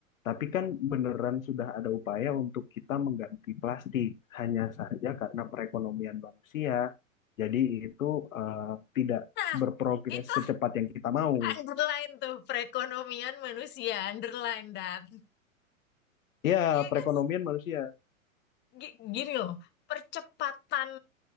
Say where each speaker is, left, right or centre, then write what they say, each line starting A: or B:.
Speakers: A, on the left; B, on the left.
A: tapi kan beneran sudah ada upaya untuk kita mengganti plastik. Hanya saja karena perekonomian manusia, jadi itu eh, tidak
B: Nah,
A: berprogres
B: itu
A: secepat yang kita mau.
B: underline tuh perekonomian manusia, underline that.
A: Ya,
B: Iya
A: perekonomian
B: kan?
A: manusia.
B: Gi- Gini loh, percepatan